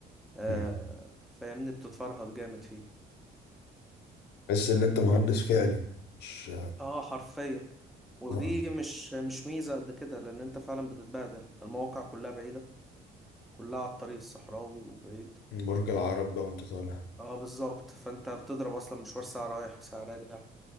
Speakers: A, in the centre; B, on the left.
A: آه
B: مم.
A: فاهمني بتتفرهد جامد فيه
B: تحس ان انت مهندس
A: أيوة.
B: فعلي مش
A: اه حرفيا ودي
B: آه.
A: مش مش ميزة قد كده لأن أنت فعلا بتتبهدل المواقع كلها بعيدة كلها على الطريق الصحراوي وبعيد
B: برج العرب بقى وانت طالع
A: اه بالظبط فأنت بتضرب أصلا مشوار ساعة رايح ساعة راجع